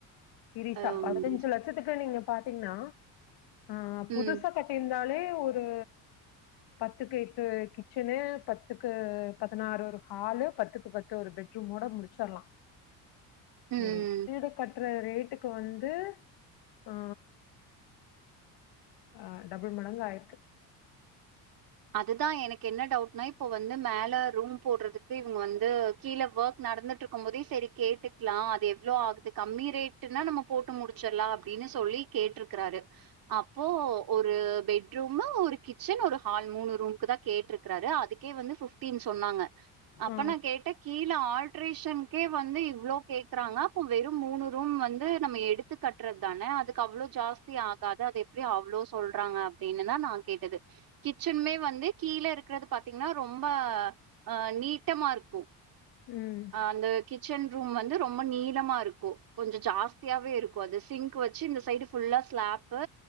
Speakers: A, on the left (about 70°); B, on the right (about 55°).
A: சீரிய்ஸ்ஸ
B: அம்
A: பதினஞ்சு லட்சத்துக்கு நீங்க பாத்தீங்கன்னா ஆ புதுசா
B: ம்
A: கட்டிருந்தாலே ஒரு பத்துக்கு எட்டு கிச்சனு பத்துக்கு பதினாறு ஒரு ஹாலு பத்துக்கு பத்து ஒரு பெட் ரூமோட முடிச்சிட்லா
B: ம்
A: ஒரு வீடு கட்ற ரேட்டுக்கு வந்து ஆ ஆ டபுள் மடங்கு ஆயிருக்கு
B: அதுதா எனக்கு என்ன டவுட்னா இப்போ வந்து மேல ரூம் போட்றதுக்கு இவுங்க வந்து கீழே ஒர்க் நடந்துட்டு இருக்கு போதே செரி கேட்டுக்கலா அது எவ்வளோ ஆகுது கம்மி ரேட் னா நம்ம போட்டு முடிச்சிட்லா அப்டின்னு சொல்லி கேட்டிருக்குறாரு அப்போ ஒரு பெட் ரூமு ஒரு கிச்சன் ஒரு ஹால் மூணு ரூம்க்கு தா கேட்ருக்குறாரு அதுக்கே வந்து ஃபிப்டீன் சொன்னாங்க அப்ப
A: ஆ
B: நா கேட்டே கீழ ஆல்ட்ரேஷனுக்கே வந்து இவ்ளோ கேக்குறாங்க அப்போ வெறு மூணு ரூம் வந்து நம்ம எடுத்து கட்றது தான அதுக் கு அவ்வளோ ஜாஸ்தி ஆகாது அது எப்டி அவ்வளோ சொல்றாங்க அப்டின்னுதா நா கேட்டது கிச்சனுமே வந்து கீழ இருக்குறது பாத்தீங்கன்னா ரொம்ப ஆ நீட்டமா இருக்கு
A: ம்
B: ஆ வந்து கிச்சன் ரூம் வந்து ரொம்ப நீளமா இருக்கு கொஞ்சோ ஜாஸ்தியாவே இருக்கு அது சிங்க் வச்சு இந்த சைடு ஃபுல்லா ஸ்லாப்பு